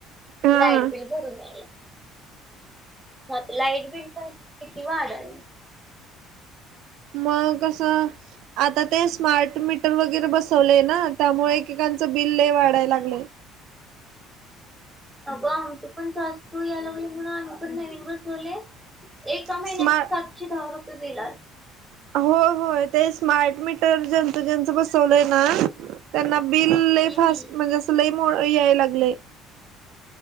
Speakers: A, on the right (about 70°); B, in the centre.
A: हा
B: लाईट बिल भरून या्यायला हता लाईट बिल. पण किती वाढत.
A: मग कस आता ते स्मार्ट मीटर वगैरे बस. वले ना त्यामुळे एकेकांच बिल वाढाय लागले.
B: अगग तू पण जा असतू या लगली म्हणून आ मी पण नवीन बसवले. एका महिन्यात
A: स्मार्ट
B: सातशे दहा रुपये बिल आ.
A: हो हो ते स्मार्ट मीटर जंतूजच बसवलंय ना. त्यांना बिल
B: हम्म
A: फास्ट
B: हम्म
A: म्हणजे असं लई मो याय लागले.